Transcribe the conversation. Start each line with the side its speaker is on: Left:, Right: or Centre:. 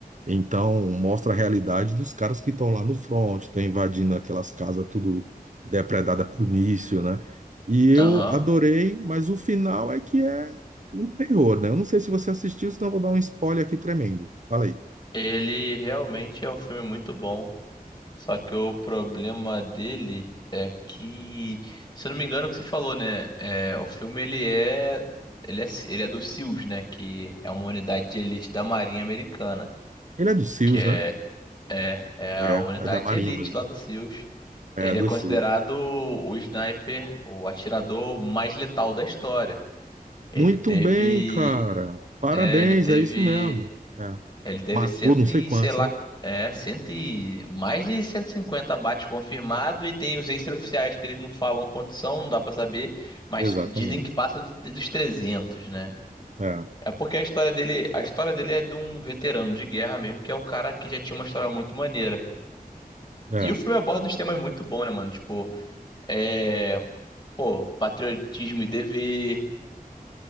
Right: Então, mostra a realidade dos caras que estão lá no front, estão invadindo aquelas casas tudo depredada por míssil, né? E eu
Left: aham.
Right: adorei, mas o final é que é um terror, né? Eu não sei se você assistiu, senão eu vou dar um spoiler aqui tremendo. Falei.
Left: Ele realmente é um filme muito bom. Só que o problema dele é que, se eu não me engano, é o que você falou, né? É, o filme ele é, ele é, ele é do SEALs, né? Que é uma unidade de elite da Marinha Americana,
Right: Ele é do SEALs,
Left: que é,
Right: né?
Left: é
Right: É,
Left: a unidade
Right: é da Marinha
Left: de elite
Right: mesmo.
Left: lá do SEALs.
Right: É
Left: Ele
Right: é do
Left: é considerado
Right: SEALs.
Left: o sniper, o atirador mais letal da história. Ele
Right: Muito
Left: teve
Right: bem, cara. Parabéns,
Left: É, ele teve.
Right: é isso mesmo. É.
Left: Ele teve
Right: Matou
Left: cento
Right: não sei
Left: e,
Right: quantos,
Left: sei lá,
Right: né?
Left: é, cento e, mais de 150 abates confirmados e tem os extraoficiais que eles não falam quantos são, não dá pra saber, mas
Right: Exatamente.
Left: dizem que passa do- dos 300, né?
Right: É,
Left: É porque a história dele, a história dele é de um veterano de guerra mesmo, que é um cara que já tinha uma história muito maneira.
Right: é.
Left: E o filme aborda uns temas muito bons, né, mano? Tipo, é, pô, patriotismo e dever,